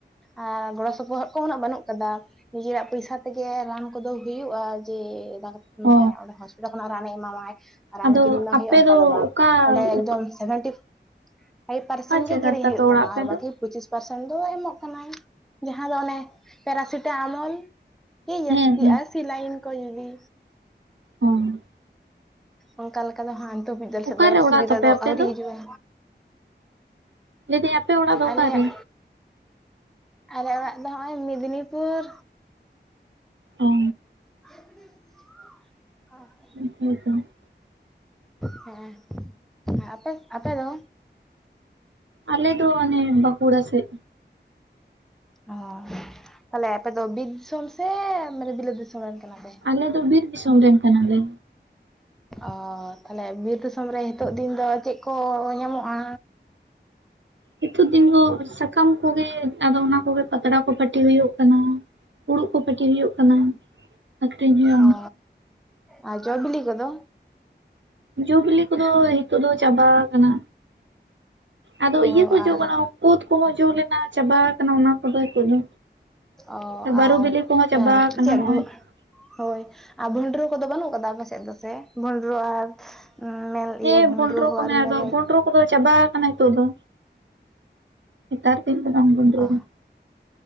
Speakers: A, in the centre; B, on the right.
A: ᱟᱨ ᱜᱚᱲᱚ ᱥᱚᱯᱚᱦᱚᱫ ᱠᱚ ᱩᱱᱟᱹᱜ ᱵᱟᱱᱩᱜ ᱱᱤᱡᱮᱨᱟᱜ ᱯᱚᱭᱥᱟ ᱛᱮᱜᱮ ᱨᱟᱱ ᱠᱚᱫᱚ ᱦᱩᱭᱩᱜᱼᱟ ᱡᱮ
B: ᱚ
A: ᱢᱟᱱᱮ ᱚᱸᱰᱮ ᱦᱟᱸᱥᱯᱛᱟᱞ ᱡᱚᱛᱚ ᱠᱷᱚᱱᱟᱜ ᱨᱟᱱᱮ ᱮᱢᱟᱢᱟᱭ ᱨᱟᱱ
B: ᱟᱫᱚ
A: ᱠᱤᱨᱤᱧ ᱵᱟᱝ
B: ᱟᱯᱮ
A: ᱦᱩᱭᱩᱜᱼᱟ ᱚᱱᱠᱟ ᱫᱚ ᱵᱟᱝ
B: ᱚᱠᱟ
A: ᱚᱸᱰᱮ ᱮᱠᱫᱚᱢ
B: ᱚᱠᱟ
A: ᱥᱮᱵᱷᱮᱱᱴᱤ ᱯᱷᱟᱭᱤᱵ ᱯᱟᱨᱥᱮᱱ
B: ᱡᱟᱭᱜᱟ
A: ᱜᱮ ᱠᱤᱨᱤᱧ
B: ᱨᱮ ᱛᱟᱯᱮ
A: ᱦᱩᱭᱩᱜ
B: ᱚᱲᱟᱜ
A: ᱛᱟᱢᱟ
B: ᱟᱯᱮ
A: ᱟᱨ
B: ᱫᱚ?
A: ᱵᱟᱠᱤ ᱯᱚᱸᱪᱤᱥ ᱯᱟᱨᱥᱮᱱ ᱫᱚᱭ ᱮᱢᱚᱜ ᱠᱟᱱᱟᱭ ᱡᱟᱦᱟᱸ ᱫᱚ ᱚᱱᱮ ᱯᱮᱨᱥᱤᱴᱟ ᱟᱢᱚᱞ ᱠᱤ ᱡᱟᱹᱥᱛᱤᱜᱼᱟ
B: ᱦᱮᱸ ᱦᱮᱸ
A: ᱥᱤᱞᱟᱭᱤᱱ ᱠᱚ ᱡᱩᱫᱤ
B: <unintelligible>
A: ᱚᱝᱠᱟ ᱞᱮᱠᱟ ᱫᱚ ᱦᱟᱸᱜ ᱱᱤᱛᱚᱜ ᱦᱟᱹᱵᱤᱡ
B: ᱚᱠᱟᱨᱮ
A: ᱫᱚ
B: ᱚᱲᱟᱜ
A: ᱥᱩᱵᱤᱫᱟ
B: ᱛᱟᱯᱮ
A: ᱫᱚ
B: ᱟᱯᱮ
A: ᱟᱹᱣᱨᱤ ᱦᱤᱡᱩᱜᱼᱟ᱾
B: ᱞᱟᱹᱭ ᱫᱤᱧ ᱟᱯᱮ ᱚᱲᱟᱜ ᱫᱚ
A: ᱟᱞᱮᱭᱟᱜ
B: ᱚᱠᱟ ᱨᱮ?
A: ᱟᱞᱮ ᱚᱲᱟᱜ ᱫᱚ ᱱᱚᱜᱼᱚᱭ ᱢᱮᱫᱽᱱᱤᱯᱩᱨ᱾
B: ᱚ
A: <inaudible>
B: <unintelligible>
A: ᱦᱮᱸᱜᱼᱮ ᱟᱯᱮ ᱟᱯᱮ ᱫᱚ?
B: ᱟᱞᱮ ᱫᱚ ᱚᱱᱮ ᱵᱟᱠᱩᱲᱟ ᱥᱮᱜ᱾
A: ᱚ ᱛᱟᱦᱚᱞᱮ ᱟᱯᱮ ᱫᱚ ᱵᱤᱨ ᱫᱤᱥᱚᱢ ᱥᱮ ᱢᱟᱱᱮ ᱵᱤᱞᱟᱹᱛ ᱫᱤᱥᱚᱢ ᱨᱮᱱ ᱠᱟᱱᱟ ᱯᱮ?
B: ᱟᱞᱮ ᱫᱚ ᱵᱤᱨ ᱫᱤᱥᱚᱢ ᱨᱮᱱ ᱠᱟᱱᱟᱞᱮ᱾
A: ᱚ ᱛᱟᱦᱚᱞᱮ ᱵᱤᱨ ᱫᱤᱥᱚᱢ ᱨᱮ ᱱᱤᱛᱚᱜ ᱫᱤᱱ ᱫᱚ ᱪᱮᱫ ᱠᱚ ᱧᱟᱢᱚᱜᱼᱟ?
B: ᱦᱤᱛᱚᱜ ᱫᱤᱱ ᱫᱚ, ᱥᱟᱠᱟᱢ ᱠᱚᱜᱮ ᱟᱫᱚ ᱚᱱᱟ ᱠᱚᱜᱮ ᱯᱟᱛᱲᱟ ᱠᱚ ᱯᱟᱹᱴᱤ ᱦᱳᱭᱳᱜ ᱠᱟᱱᱟ᱾ ᱯᱩᱲᱩᱜ ᱠᱚ ᱯᱟᱹᱴᱤ ᱦᱳᱭᱳᱜ ᱠᱟᱱᱟ᱾ ᱟᱠᱷᱨᱤᱧ ᱦᱳᱭᱳᱜ
A: ᱚ ᱟ ᱡᱚ ᱵᱤᱞᱤ ᱠᱚᱫᱚ?
B: ᱡᱚ-ᱵᱤᱞᱤ ᱠᱚᱫᱚ ᱦᱤᱛᱚᱜ ᱫᱚ ᱪᱟᱵᱟ ᱠᱟᱱᱟ, ᱟᱫᱚ
A: ᱚ
B: ᱤᱭᱟᱹ ᱠᱚ ᱡᱚ
A: ᱟᱨ
B: ᱵᱟᱲᱟᱣ ᱠᱩᱫ ᱠᱚᱦᱚᱸ ᱡᱚᱢ ᱞᱮᱱᱟ ᱪᱟᱵᱟ ᱠᱟᱱᱟ ᱚᱱᱟ ᱠᱚᱫᱚ ᱦᱤᱛᱚᱜ ᱫᱚ᱾
A: ᱚ
B: ᱵᱟᱹᱨᱩ
A: ᱟᱨ
B: ᱵᱤᱞᱤ ᱠᱚᱦᱚᱸ ᱪᱟᱵᱟ
A: ᱮᱸ
B: ᱟᱠᱟᱱᱟ
A: ᱪᱮᱫ
B: ᱦᱚᱸᱜᱼᱚᱭ
A: <unintelligible> ᱦᱳᱭ ᱟᱨ ᱵᱩᱞᱴᱨᱩ ᱠᱚᱫᱚ ᱵᱟᱹᱱᱩᱜ ᱠᱟᱫᱟ ᱟᱯᱮ ᱥᱮᱫ ᱫᱚ ᱥᱮ᱾ ᱵᱷᱳᱱᱰᱨᱳ ᱟᱨ ᱩᱸ ᱢᱮᱞ
B: ᱦᱮᱸ
A: ᱤᱭᱟᱹ ᱵᱷᱳᱰᱨᱳ
B: ᱵᱷᱚᱸᱰᱨᱚ
A: ᱦᱚᱸ
B: ᱠᱚ
A: ᱟᱨ
B: ᱢᱮᱱᱟᱜ
A: ᱢᱮᱞᱮᱡ᱾
B: ᱫᱚ ᱵᱷᱚᱸᱰᱨᱚ ᱠᱚᱫᱚ ᱪᱟᱵᱟ ᱠᱟᱱᱟ ᱦᱤᱛᱚᱜ ᱫᱚ ᱦᱮᱛᱟᱨ ᱫᱤᱱ ᱵᱟᱝ <unintelligible>
A: ᱚ